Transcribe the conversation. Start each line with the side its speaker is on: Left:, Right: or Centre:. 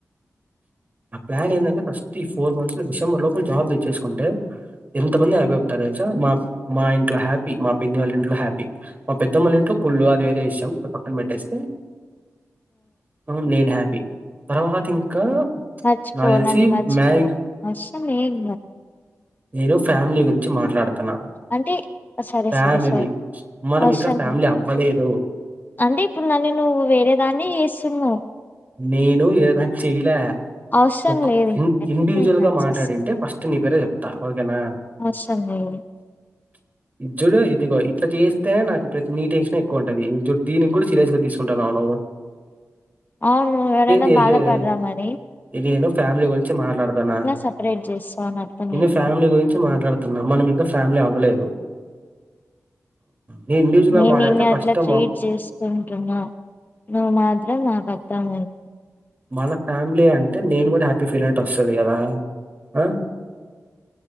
Right: నా ప్లాన్ ఏదంటే ఫస్ట్ ఈ ఫోర్ మంత్స్ లో డిసెంబర్ లోపల జాబ్ తెచ్చేసుకుంటే ఎంత మంది హ్యాపీ అయిపోతారో తెల్సా మా మా ఇంట్లో హ్యాపీ మా పిన్ని వాళ్ళ ఇంట్లో హ్యాపీ మా పెద్దమ్మోల ఇంట్లో కుళ్ళు అది వేరే విషయం పక్కన పెట్టేస్తే ఉమ్ నేను హ్యాపీ తర్వాత ఇంకా
Left: మచ్చిపో
Right: నాకు తెలిసి
Left: నన్నీ మచ్చిపో
Right: మ్యాగ్
Left: అవశ్రమేమేంలే
Right: నేను ఫ్యామిలీ గురించి మాట్లాడుతన్నా
Left: అంటే సరే
Right: ఫ్యామిలీ
Left: సరే సారీ
Right: మనం
Left: అవసరం
Right: ఇంకా ఫ్యామిలీ
Left: లేదు
Right: అవ్వలేదు
Left: అంటే ఇప్పుడు నన్ని నువ్వు వేరే దాన్ని చేస్తున్నావ్
Right: నేను ఏదా చేయాలా
Left: అవసరం
Right: ఓకో
Left: లేదు
Right: ఇ
Left: ఇంకైతే
Right: ఇండివిజువల్
Left: ఇంక
Right: గా
Left: వచ్చేసి
Right: మాట్లాడింటే ఫస్ట్ నీ పేరే చెప్తా ఓకేనా
Left: అవ్శ్రంలేదు
Right: క ఇద్ చూడు ఇదిగో ఇట్లా చేస్తేనే నాకు ప్రతి నీ టెన్షన్ ఎక్కువ ఉంటుది చూడు దీనికి కూడా సీరియస్గా తీసుకుంటన్నావ్
Left: అవును ఎవరన్న
Right: చేసేది
Left: బాధపడ్రా మరీ
Right: ఇది నేను ఫ్యామిలీ గురించి మాట్లాడుతాన్నా
Left: సపరేట్ చేస్తావు అని అర్థం
Right: నేను
Left: అవుతుంది
Right: ఫ్యామిలీ గురించి మాట్లాడుతాన్నా మన ఇంకా ఫ్యామిలీ అవ్వలేదు నేను ఇండివిజువల్
Left: నేను
Right: గా మాట్లాడితే
Left: నిన్ని
Right: ఫస్ట్
Left: అట్లా ట్రీట్ చేసుకుంటున్నా నువ్వు మాత్రం నాకు అర్థం అయింది
Right: మన ఫ్యామిలీ అంటే నేను కూడా హ్యాపీ ఫీల్ అయిట్ వస్తుంది కదా ఆ